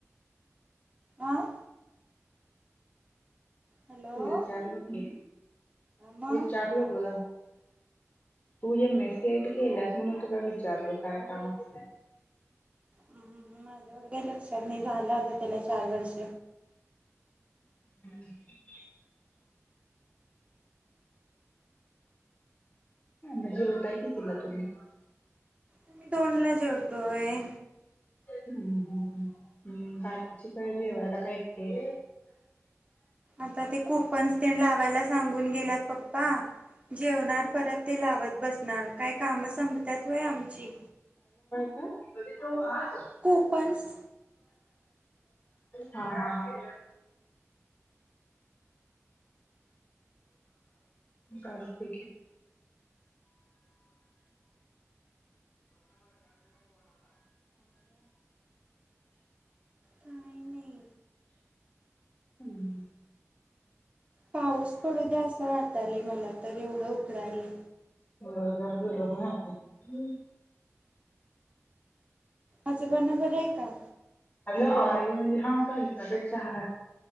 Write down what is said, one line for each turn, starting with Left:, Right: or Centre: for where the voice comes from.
Right: आ. हॅलो
Left: विचारलो की,
Right: मग
Left: विचारलो ग. तू एमएससीआयट केल्यास म्हणून तुला विचारलो काय काम असत.
Right: हम् हम. माझ्या एवढ काही लक्षात नाही, झाल आता त्याला चार वर्ष.
Left: हम् <unintelligible> मग जेवताय कितीला तुम्ही.
Right: आम्ही दोन ला जेवतोय.
Left: हम्, हम्, हम् हम् बाकीची काय जेवायला काय एकटी
Right: आता ते कूपन्स तेन लावायला सांगून गेल्यात. बा जेवणार परत ते लावत बसणार, काय कामं संपत्यात होय आमची.
Left: ह त <unintelligible>
Right: कूपन्स.
Left: हा, हा, हा. चालतय की,
Right: काय नाही.
Left: हम्म.
Right: पाऊस पडू द्या असं वाटालय, मला तर एवढं उकडालय.
Left: होय जरा गरम व्हालय.
Right: आजोबाना बरं आहे का.
Left: म्हणजे हा करायच अपेक्षा हा